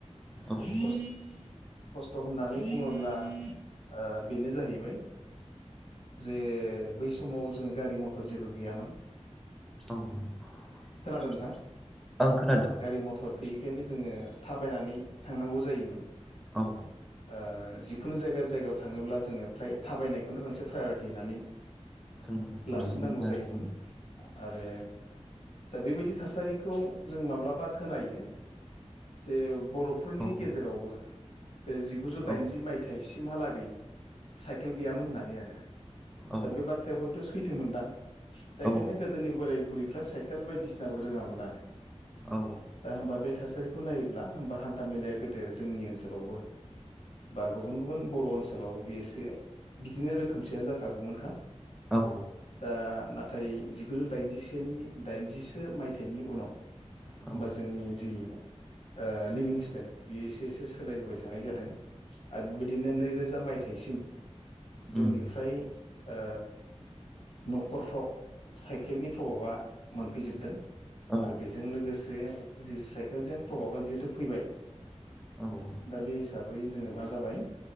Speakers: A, in the centre; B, on the left.
A: औ
B: <unintelligible> खस्थ होननानै बुङोब्ला ओ बेनो जाहैबाय। जे बै समाव जोङो गारि मथर जेबो गैयामोन।
A: <unintelligible>
B: खोनादों
A: आं खोनादों
B: गारि मथर गैयैखायनो जोङो थाबायनानै थांनांगौ जायोमोन।
A: औ
B: आ जिखुनु जायगा जायगायाव थाङोब्ला जोङो फ्राय थाबायनायखौनो मोनसे प्रायरिटि होननानै
A: जों नुनो
B: लासिननांगौ
A: मोनो
B: जायोमोन
A: आरो
B: आरो दा बेबायदि थासारिखौ जों माब्लाबा खोनायो जे बरफोरनि
A: ओं
B: गेजेरावबो जे जिगुजौ
A: औ
B: दाइनजि
A: उम
B: मायथाइसिम हालागै साइकेल गैयामोन होननानै आरो
A: औ
B: दा बे बाथ्राया हय सैथो मोनदां दा
A: औ
B: एखायनो गोदोनि बोराय बुरैफ्रा साइकेल बायदिसिनाबो रोङामोन आरो
A: औ
B: दा होमबा बे थासारिखौ नायोब्ला होमबा हान्था मेलाया गोदो जोंनि ओनसोलावबो बा गुबुन गुबुन बर' ओनसोलावबो बे एसे बिदिनो रोखोमसेयानो जाखागौमोनखा
A: औ
B: दा नाथाय जिगुजौ दाइनजिसेनि दाइनजिसो मायथाइनि उनाव
A: औ औ
B: बा जोंनि जि ओ लिभिं स्टाइल बेयो एसे जसो सोलायबोबाय थानाय जादों आरो बेबायदिनो नैरोजा मायथाइसिम जोंनिफ्राय
A: उम
B: ओ न'खरफ्राव साइकेलनि प्रभाबा फैजोबदों
A: औ
B: आरो बेजों लोगोसे जि साइकेलजों प्रभाबा जिहेथु फैबाय।
A: औ
B: दा बे हिसाबै जोङो मा जाबाय